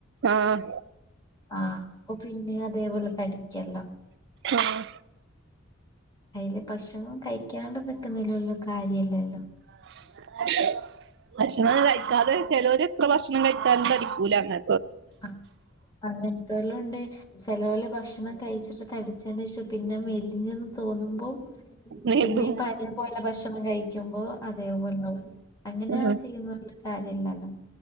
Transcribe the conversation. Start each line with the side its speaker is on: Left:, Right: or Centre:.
Right: ആഹ
Left: ആഹ അപ്പൊ പിന്നെ അതേപോലെ തടിക്കല്ലാം
Right: ആഹ്
Left: അയ്ൽ ഭക്ഷണം കഴിക്കാണ്ട നിക്കുന്നെലൊന്നും കാര്യല്ലല്ലോ
Right: <inaudible> ഭക്ഷണം കഴിക്കാതെ ചിലവർ ഇത്ര ഭക്ഷണം കഴിച്ചാലും തഠിക്കൂല അങ്ങെ
Left: ആ അങ്ങനത്തെല്ലാം ഉണ്ട് ചെലവല ഭക്ഷണം കഴിച്ചിട്ട് തടിച്ചേേഷം പിന്നെ മെല്ലിഞ്ഞന്ന് തോന്നുമ്പോൾ
Right: നീണ്ടും
Left: പിന്നെ പരി പോലെ ഭക്ഷണം കഴിക്കുമ്പോ അതേപള്ളു അങ്ങനെയ
Right: ആഹ്
Left: ചെയ്യുന്ന കാര്യ ഇല്ലല്ലോ